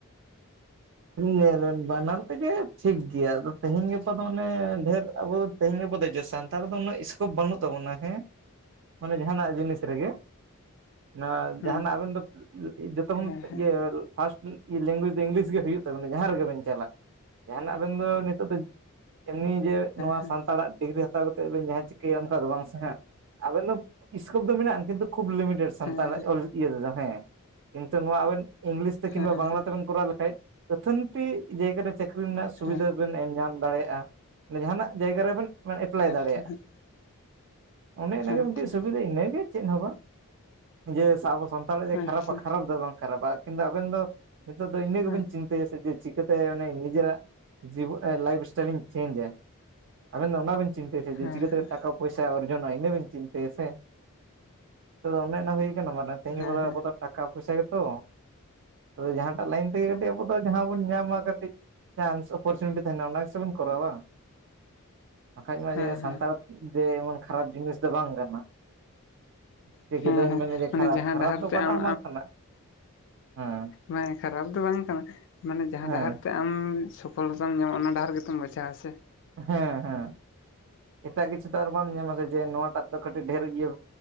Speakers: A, on the right (about 55°); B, on the left (about 60°).
A: ᱧᱮᱞᱮᱱ ᱵᱟᱱᱟᱨ ᱛᱮᱜᱮ ᱴᱷᱤᱠ ᱜᱮᱭᱟ ᱟᱫᱚ ᱛᱮᱦᱤᱧ ᱜᱟᱯᱟ ᱫᱚ ᱚᱱᱮ ᱰᱷᱮᱨ ᱟᱵᱚ ᱛᱮᱦᱮᱧ ᱜᱟᱯᱟ ᱫᱚ ᱡᱮ ᱥᱟᱱᱛᱟᱲ ᱫᱚ ᱩᱱᱟᱹᱜ ᱥᱠᱳᱯ ᱵᱟᱹᱱᱩᱜ ᱛᱟᱵᱚᱱᱟ ᱦᱮᱸ ᱢᱟᱱᱮ ᱡᱟᱦᱟᱸᱱᱟᱜ ᱡᱤᱱᱤᱥ ᱨᱮᱜᱮ ᱚᱱᱟ
B: ᱦᱮᱸ
A: ᱡᱟᱦᱟᱸᱱᱟᱜ ᱟᱵᱮᱱ ᱫᱚ ᱡᱚᱛᱚ ᱠᱷᱚᱱ
B: ᱦᱮᱸ ᱦᱮᱸ
A: ᱤᱭᱟᱹ ᱯᱷᱟᱥᱴ ᱞᱮᱝᱜᱩᱭᱡᱽ ᱫᱚ ᱤᱝᱞᱤᱥ ᱜᱮ ᱦᱩᱭᱩᱜ ᱛᱚ ᱢᱟᱱᱮ ᱡᱟᱦᱟᱸ ᱨᱮᱜᱮ ᱵᱮᱱ ᱪᱟᱞᱟᱜ ᱡᱟᱦᱟᱸᱱᱟᱜ ᱟᱵᱮᱱ ᱫᱚ ᱱᱤᱛᱚᱜ ᱫᱚ ᱮᱢᱱᱤ ᱡᱮ ᱱᱚᱣᱟ
B: ᱦᱮᱸ ᱦᱮᱸ
A: ᱥᱟᱱᱛᱟᱲᱟᱜ
B: ᱦᱮᱸ
A: ᱰᱤᱜᱽᱨᱤ ᱦᱟᱛᱟᱣ ᱠᱟᱛᱮ ᱵᱮᱱ ᱡᱟᱦᱟᱸ ᱪᱤᱠᱟᱹᱭᱼᱟ ᱚᱱᱠᱟ ᱫᱚ ᱵᱟᱝ ᱥᱮ ᱦᱟᱜ ᱟᱵᱮᱱ ᱫᱚ ᱥᱠᱳᱯ ᱫᱚ ᱢᱮᱱᱟᱜ ᱠᱤᱱᱛᱩ ᱠᱷᱩᱵ ᱞᱤᱢᱤᱴᱮᱰ᱾ ᱥᱟᱱᱛᱟᱲ
B: ᱦᱮᱸ
A: ᱚᱞ ᱤᱭᱟᱹ ᱛᱮᱫᱚ ᱦᱮᱸ ᱠᱤᱱᱛᱩ ᱱᱚᱣᱟ ᱟᱵᱮᱱ ᱤᱝᱞᱤᱥ ᱛᱮ ᱠᱤᱝᱵᱟ
B: ᱦᱮᱸ
A: ᱵᱟᱝᱞᱟ
B: ᱦᱮᱸ
A: ᱛᱮᱵᱮᱱ ᱠᱚᱨᱟᱣ ᱞᱮᱠᱷᱟᱡ ᱟᱛᱷᱟᱹᱱᱴᱤ ᱡᱟᱭᱜᱟ ᱨᱮ ᱪᱟᱹᱠᱨᱤ ᱨᱮᱱᱟᱜ ᱥᱩᱵᱤᱫᱷᱟ
B: ᱦᱮᱸ ᱦᱮᱸ
A: ᱵᱮᱱ ᱮᱢ ᱧᱟᱢ ᱫᱟᱲᱮᱭᱟᱜᱼᱟ, ᱡᱟᱦᱟᱱᱟᱜ ᱡᱟᱭᱜᱟ ᱨᱮᱵᱮᱱ ᱮᱯᱞᱟᱭ
B: ᱟᱪᱪᱷᱟ
A: ᱫᱟᱲᱮᱭᱟᱜᱼᱟ᱾
B: ᱦᱮᱸ
A: ᱚᱱᱮ ᱮᱱᱮ ᱜᱮ
B: ᱟᱪᱪᱷᱟ
A: ᱢᱤᱫᱴᱮᱱ ᱥᱩᱵᱤᱫᱷᱟ ᱤᱱᱟᱹᱜᱮ ᱪᱮᱫ ᱦᱚᱸ ᱵᱟᱝ ᱡᱮ ᱥᱟᱵᱚᱥᱚᱱ ᱛᱟᱞᱮ ᱡᱮ ᱠᱷᱟᱨᱟᱵᱽ-ᱟ
B: ᱟᱪᱪᱷᱟ ᱟᱪᱪᱷᱟ
A: ᱠᱷᱟᱨᱟᱵᱽ ᱫᱚ ᱵᱟᱝ ᱠᱷᱟᱨᱟᱵᱟ ᱠᱤᱱᱛᱩ ᱟᱵᱮᱱ ᱫᱚ ᱱᱤᱛᱚᱜ ᱫᱚ ᱤᱱᱟᱹᱜ
B: ᱦᱮᱸ
A: ᱜᱮᱵᱮᱱ
B: ᱦᱮᱸ
A: ᱪᱤᱠᱟᱹᱛᱮ ᱥᱮ ᱪᱤᱠᱟᱹᱛᱮ ᱢᱟᱱᱮ ᱱᱤᱡᱮᱨᱟᱜ ᱡᱤᱵᱩ ᱮ ᱞᱟᱭᱤᱯᱷ ᱥᱴᱟᱭᱤᱞ ᱤᱧ ᱪᱮᱧᱡᱟ? ᱟᱵᱮᱱ ᱫᱚ ᱚᱱᱟ ᱵᱮᱱ ᱪᱤᱱᱛᱟᱹᱭ ᱭᱟ ᱡᱮ
B: ᱦᱮᱸ ᱦᱮᱸ
A: ᱪᱤᱠᱟᱹᱛᱮ ᱴᱟᱠ ᱯᱚᱭᱥᱟ ᱚᱨᱡᱚᱱᱟ ᱤᱱᱟᱹᱵᱤᱱ ᱪᱤᱱᱛᱟᱹᱭᱟ ᱥᱮ ᱛᱟᱫᱚ ᱚᱱᱮ ᱚᱱᱟ ᱦᱩᱭ ᱜᱮ ᱱᱚᱣᱟᱱᱟ ᱛᱮᱦᱮᱧ ᱜᱮᱵᱚᱫᱚ
B: ᱦᱮᱸ
A: ᱟᱵᱚ ᱫᱚ ᱴᱟᱠᱟ ᱯᱩᱭᱥᱟ ᱜᱮ ᱛᱚ ᱟᱫᱚ ᱡᱟᱦᱟᱸ ᱴᱟᱜ ᱞᱟᱭᱱ ᱛᱮ ᱜᱮ ᱠᱟᱹᱴᱤᱡ ᱟᱵᱚ ᱫᱚ ᱡᱟᱦᱟᱸ ᱵᱚᱱ ᱧᱟᱢᱟ ᱠᱟᱹᱴᱤᱡ ᱪᱟᱱᱥ ᱚᱯᱚᱨᱪᱩᱱᱤᱴᱤ ᱛᱟᱦᱮᱱᱟ ᱚᱱᱟ ᱜᱮ ᱥᱮ ᱵᱮᱱ ᱠᱚᱨᱟᱣᱟ᱾ ᱵᱟᱠᱷᱟᱡ ᱢᱟ
B: ᱦᱮᱸ
A: ᱡᱮ
B: ᱦᱮᱸ
A: ᱥᱟᱱᱛᱟᱲ ᱡᱮ ᱮᱢᱚᱱ ᱠᱷᱟᱨᱟᱵᱽ ᱡᱤᱱᱤᱥ ᱫᱚ ᱵᱟᱝ ᱠᱟᱱᱟ᱾
B: ᱦᱮᱸ
A: ᱪᱤᱠᱟᱹᱛᱮᱣᱮᱱ ᱢᱮᱱᱟ ᱡᱮ
B: ᱢᱟᱱᱮ
A: ᱠᱷᱟᱨᱟᱯ
B: ᱡᱟᱦᱟᱸ
A: ᱠᱷᱟᱨᱟᱯ
B: ᱰᱟᱦᱟᱨ
A: ᱫᱚ
B: ᱛᱮ
A: ᱚᱠᱟᱴᱟᱜ
B: ᱟᱢ
A: ᱦᱚᱸ ᱵᱟᱝ ᱠᱟᱱᱟ ᱦᱮᱸ᱾
B: ᱢᱟᱱ ᱠᱷᱟᱨᱟᱵᱽ ᱫᱚ ᱵᱟᱝ ᱠᱟᱱᱟ ᱢᱟᱱᱮ ᱡᱟᱦᱟᱸ
A: ᱦᱮᱸ
B: ᱰᱟᱦᱟᱨ ᱛᱮ ᱟᱢ ᱥᱚᱯᱷᱚᱞᱚᱛᱟᱢ ᱧᱟᱢᱟ ᱚᱱᱟ ᱰᱟᱦᱟᱨ ᱜᱮᱛᱚᱢ ᱵᱟᱪᱷᱟᱣᱟ ᱥᱮ᱾
A: ᱦᱮᱸ ᱦᱮᱸ ᱮᱴᱟᱜ ᱠᱤᱪᱷᱩ ᱛᱚ ᱟᱨ ᱵᱟᱢ ᱧᱟᱢᱟ ᱥᱮ ᱡᱮ ᱱᱚᱣᱟᱴᱟᱜ ᱠᱟᱹᱴᱤᱡ ᱰᱷᱮᱨ ᱤᱭᱟᱹᱣ